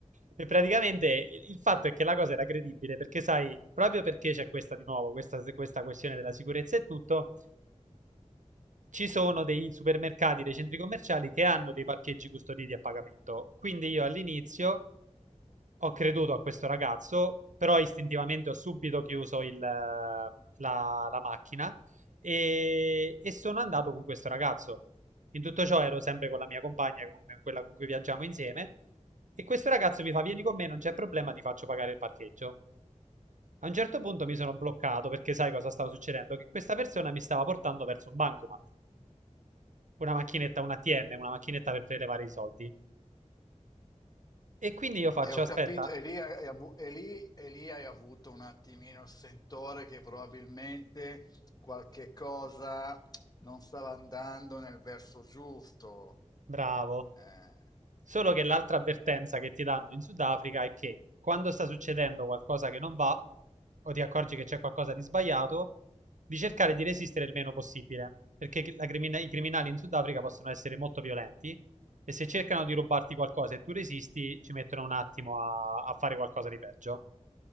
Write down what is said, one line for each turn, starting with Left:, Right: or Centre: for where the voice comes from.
Right: E praticamente il fatto è che la cosa era credibile perché, sai, proprio perché c'è questa di nuovo, questa, questa questione della sicurezza e tutto, ci sono dei supermercati, dei centri commerciali che hanno dei parcheggi custoditi a pagamento. Quindi io all'inizio Ho creduto a questo ragazzo, però istintivamente ho subito chiuso il, eh, la, la macchina e, e sono andato con questo ragazzo. In tutto ciò ero sempre con la mia compagna, con quella con cui viaggiamo insieme, e questo ragazzo mi fa: Vieni con me, non c'è problema, ti faccio pagare il parcheggio. A un certo punto mi sono bloccato perché sai cosa stava succedendo? Che questa persona mi stava portando verso un bancomat, una macchinetta, un ATM, una macchinetta per prelevare i soldi. E quindi io faccio:
Left: E ho
Right: Aspetta,
Left: capito, e lì, hai avu- e lì- e lì hai avuto un attimino il sentore che probabilmente qualche cosa non stava andando nel verso giusto.
Right: bravo.
Left: Eh,
Right: Solo che l'altra avvertenza che ti danno in Sudafrica è che quando sta succedendo qualcosa che non va, o ti accorgi che c'è qualcosa di sbagliato, di cercare di resistere il meno possibile, perché la crimina- i criminali in Sudafrica possono essere molto violenti e se cercano di rubarti qualcosa e tu resisti, ci mettono un attimo a, a fare qualcosa di peggio.